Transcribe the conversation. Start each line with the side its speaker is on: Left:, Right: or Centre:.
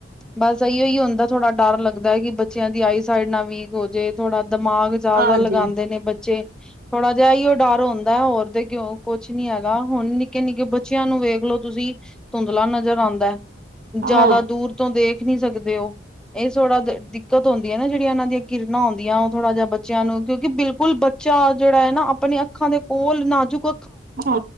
Centre: ਬਸ ਇਹੀੋਓ ਹੀ ਹੁੰਦਾ ਥੋੜਾ ਡਰ ਲੱਗਦਾ ਕਿ ਬੱਚਿਆਂ ਦੀ ਆਈਸਾਈਡ ਨਾ ਵੀਕ ਹੋ ਜਾੇ ਥੋੜਾ ਦਿਮਾਗ ਜ਼ਿਆਦਾ
Right: ਹਾਂਜੀ
Centre: ਲਗਾਂਦੇ ਨੇ ਬੱਚੇ ਥੋੜ੍ਹਾ ਜਿਹਾ ਅਈਓ ਡਰ ਹੁੰਦਾ ਹੋਰ ਤੇ ਕਿਉ ਕੁਛ ਨੀ ਹੈਗਾ ਹੁਣ ਨਿੱਕੇ ਨਿੱਕੇ ਬੱਚਿਆਂ ਨੂੰ ਵੇਖ ਲੋ ਤੁਸੀਂ ਧੁੰਦਲਾ ਨਜ਼ਰ ਆਉਂਦਾ ਹੈ ਜ਼ਿਆਦਾ
Right: ਹਾਂ
Centre: ਦੂਰ ਤੋਂ ਦੇਖ ਨੀ ਸਕਦੇ ਹੋ ਇਹ ਥੋੜ੍ਹਾ ਦਿੱਕਤ ਹੁੰਦੀ ਹੈ ਨਾ ਜਿਹੜੀਆਂ ਇਹਨਾਂ ਦੀਆਂ ਕਿਰਨਾਂ ਹੁੰਦੀਆਂ ਥੋੜਾ ਜੇਹਾ ਬੱਚਿਆਂ ਨੂੰ ਕਿਉਂਕਿ ਬਿਲਕੁਲ ਬੱਚਾ ਜਿਹੜਾ ਹੈ ਨਾ ਆਪਣੀ ਅੱਖਾਂ ਦੇ ਕੋਲ ਨਾਜੁਕ
Right: ਹਾਂ